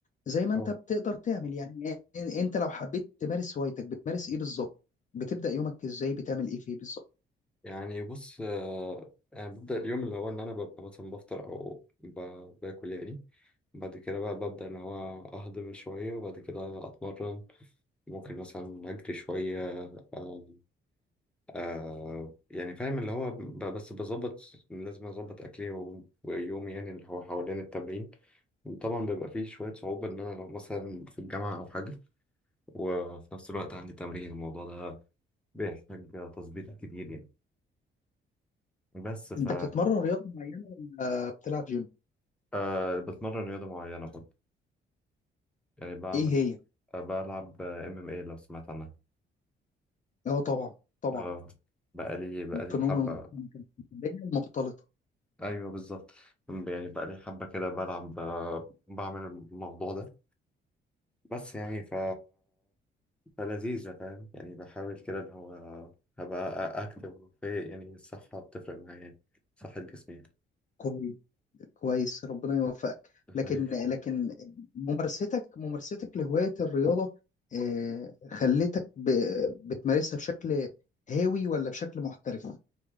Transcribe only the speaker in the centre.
اه
يعني بص آه، يعني ببدأ اليوم اللي هو إن أنا ببقى مثلا بفطر أو ب... باكل يعني بعد كده بقى ببدأ إن هو أهضم شوية وبعد كده أتمرن ممكن مثلا أجري شوية آه آه يعني فاهم اللي هو ب... بس بظبط لازم أظبط أكلي و... ويومي يعني اللي هو حوالين التمرين طبعا بيبقى فيه شوية صعوبة إن أنا لو مثلا في الجامعة أو حاجة وفي نفس الوقت عندي تمرين الموضوع ده بيحتاج تظبيط كتير يعني بس ف
أه بتمرن رياضة معينة برضه يعني بعمل
أه بلعب ام ام اي لو سمعت عنها
اه بقالي بقالي
حبة
ايوه بالظبط يعني بقالي حبة كده بلعب أه بعمل الموضوع ده بس يعني ف فلذيذة فاهم يعني بحاول كده اللي هو هبقى اكتب في يعني الصحة بتفرق معايا يعني صحة جسمي يعني.
حبيبي
حبيبي